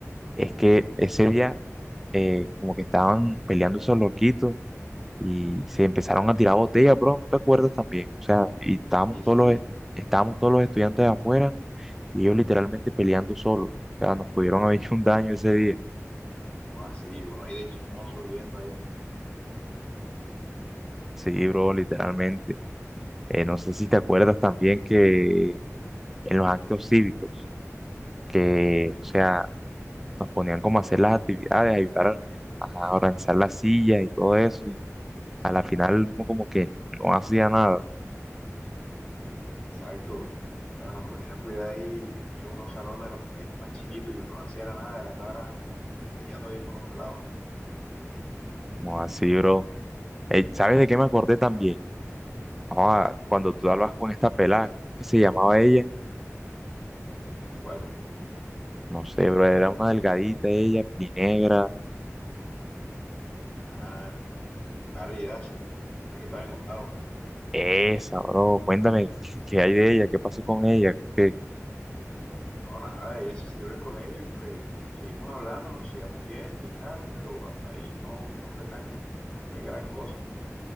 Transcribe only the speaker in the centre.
Es que ese día eh, como que estaban peleando esos loquitos y se empezaron a tirar botellas, bro. ¿No te acuerdas también? O sea, y estábamos
todos
los, estábamos todos los estudiantes afuera Y ellos literalmente peleando solo. O sea, nos pudieron haber hecho un daño ese día.
Sí, bro, literalmente. Eh, no sé si te acuerdas también que en los actos cívicos, que, o sea, nos ponían como a hacer las actividades, ayudar a, a organizar las sillas y todo eso. Y a la final uno como que no hacía nada.
No, así, bro. Eh, ¿sabes de qué me acordé también? Ah, cuando tú hablabas con esta pelada, ¿cómo es que se llamaba ella?
No sé, bro, era una delgadita ella, negra
Esa, bro, cuéntame qué, qué hay de ella, qué pasó con ella, qué...